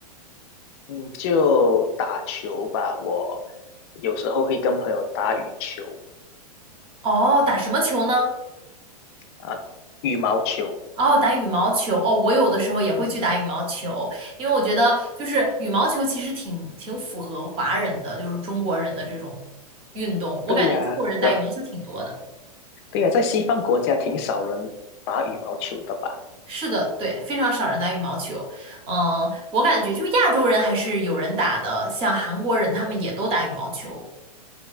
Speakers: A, on the left; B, on the right.
A: 嗯，就打球吧，我有时候会跟朋友打羽球
B: 哦，打什么球呢？
A: 啊，羽毛球。
B: 哦，打羽毛球哦，我有的时候也会去打羽毛球，
A: 嗯，
B: 因为我觉得就是羽毛球其实挺挺符合华人的，就是中国人的这种运动。我感觉中国人打羽毛球挺多的。
A: 对呀，热，对呀，在西方国家挺少人打羽毛球的吧？
B: 是的，对，非常少人打羽毛球。嗯，我感觉就亚洲人还是有人打的，像韩国人他们也都打羽毛球。